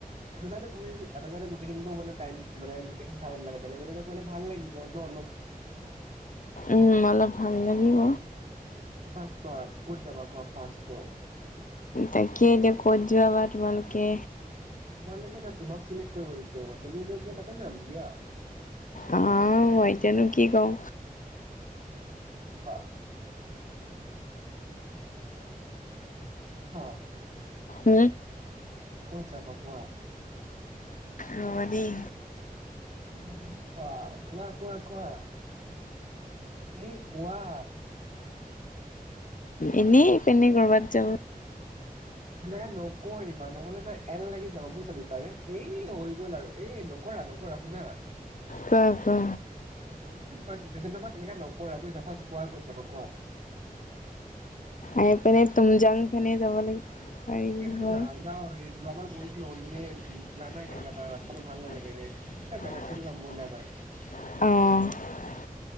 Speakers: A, on the right; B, on the left.
A: এটা চাইডে ঘূৰি ঘূৰি এটা চাইডে মানে টাইম মানে গোটেইখিনি চাব নালাগে বেলেগ বেলে গলে ভাল লাগিব ন অলপ <unintelligible>
B: উম অলপ ভাল লাগিব
A: ফাৰ্ষ্ট কোৱা কত যাবা কোৱা ফাৰ্ষ্টতো।
B: তাকেই এতিয়া ক'ত যোৱা বা তোমালোকে
A: তোমালোকে তোমাক চিলেক্ট কৰিব দিছো তুমি য'ত যোৱা তাতে যাম দিয়া।
B: অ মই এতিয়ানো কি কওঁ
A: অ অ
B: উম
A: কত যাবা কোৱা।
B: ৰবা দেই
A: জল্দি কোৱা, কোৱা, কোৱা, কোৱা। এ কোৱা।
B: এনেই এই পিনে কৰবাত যাব
A: সেনেকে নকৰিবা, নহ'লে ন এল লাগি যাব বুজিছা দুইটাৰে এই হৈ গ'ল আৰু এই নকৰে নকৰা নকৰা শুনা
B: কোৱা কোৱা
A: বুজি যে পাইছো চিটুৱেচনটো তেনেকে নকৰা বুইচা, ফাৰ্ষ্ট কোৱা ক'ত যাবা কোৱা।
B: এ পিনে তুমজাং পিনে যাব লাগিব পাৰিল
A: সেইফালে
B: হয়
A: নাযাওঁ ৰে
B: <unintelligible>
A: যোৱাবাৰ গৈছিলো তুমি জানাই কেনেকা তাৰ ৰাস্তাটো ভাল নালাগে ৰে
B: অ।
A: এ বেলেগ চাইডে যাম ব'লা এবাৰ